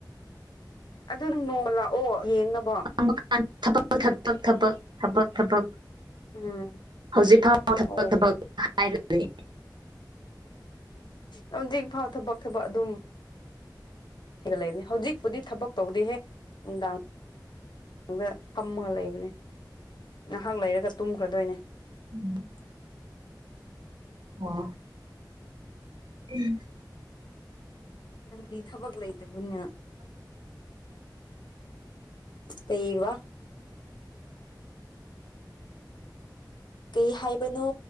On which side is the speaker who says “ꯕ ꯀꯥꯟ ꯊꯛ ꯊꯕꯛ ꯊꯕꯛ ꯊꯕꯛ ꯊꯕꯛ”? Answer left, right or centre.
Right